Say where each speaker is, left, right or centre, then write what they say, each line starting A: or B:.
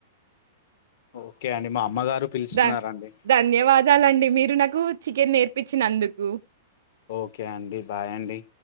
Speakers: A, on the left; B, on the right.
A: ఓకే అండి మా అమ్మగారు పిలుస్తున్నారండి
B: ద ధన్యవాదాలండి మీరు నాకు చికెన్ నేర్ ర్పిప్పించినందుకు
A: ఓకే అండి బాయ్ అండి